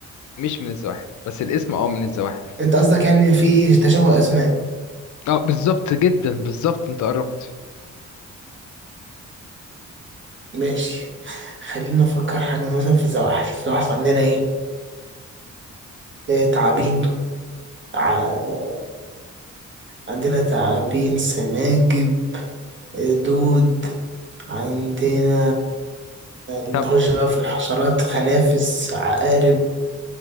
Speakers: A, on the left (about 70°); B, on the right (about 40°).
A: مش من الزواحف بس الاسم اه من الزواحف
B: انت قصدك يعني إن في تشابه اسماء
A: اه بالظبط جدا بالظبط انت قربت
B: ماشي خلينا نفكر حاجة مثلا في الزواحف الزواحف عندنا ايه آه، تعابين ع- عندنا تعابين سناجب آه، دود عندنا نخش
A: طب
B: بقى في الحشرات خنافس عقارب